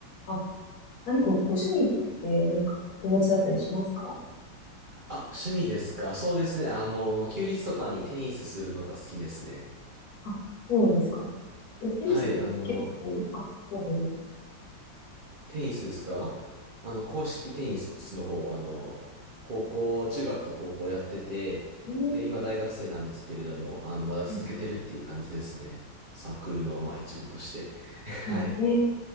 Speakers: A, on the left; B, on the right.
A: あ、何かご趣味ってなんかお持ちだったりしますか
B: あ、趣味ですか。そうですね。あの、休日とかにテニスするのが好きですね。
A: あ、そうなんですか。え、テニスって結構、
B: はい、あの、
A: あ、そうだね。
B: テニスですかあの、公式テニスの方、あの、高校、中学と高校やってて、
A: うん。
B: で、今大学生なんですけれども、あの、まだ続けてるっていう感じですね。
A: うん
B: サークルの、まあ、一部として。<laughs>
A: はい。
B: はい。
A: えー